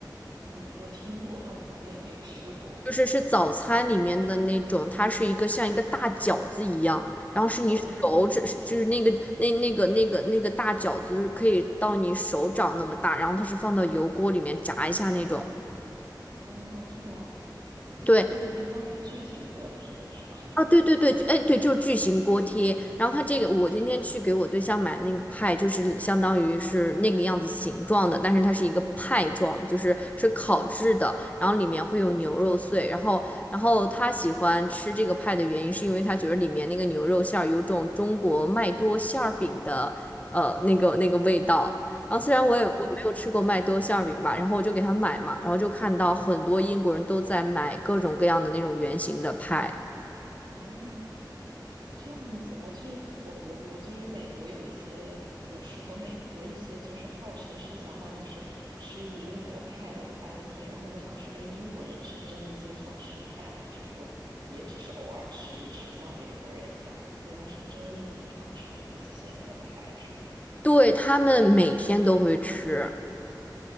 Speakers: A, on the right (about 70°); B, on the left (about 20°).
A: 嗯，我听过，但我好像也没吃过。
B: 就是是早餐里面的那种，它是一个像一个大饺子一样，然后是你手指，
A: 嗯，
B: 就是那个那那个那个那个大饺子可以到你手掌那么大，然后它是放到油锅里面炸一下那种。
A: 哦，这样，
B: 对，
A: 就像有点像一个巨型锅贴是吧？
B: 啊，对对对，就哎对，就是巨型锅贴。然后它这个，我今天去给我对象买那个派，就是相当于是那个样子形状的，但是它是一个派状，就是是烤制的，然后里面会有牛肉碎。然后，然后他喜欢吃这个派的原因，是因为他觉得里面那个牛肉馅儿有种中国麦多馅儿饼的呃那个那个味道。然后虽然我也我没有吃过麦多馅儿饼吧，
A: 啊
B: 然后我就给他买嘛，然后就看到很多英国人都在买各种各样的那种圆形的派。
A: 嗯，这样子，我就是我我我就是美国有一些，我吃过美国一些就是号称是相当于是吃英国派的餐厅，然后我想说，哎，英国人是真的经常吃派，还是说也只是偶尔吃一吃，像美国人一样？原来是真的经常吃，就是咸的派，是吗？
B: 对，他们每天都会吃，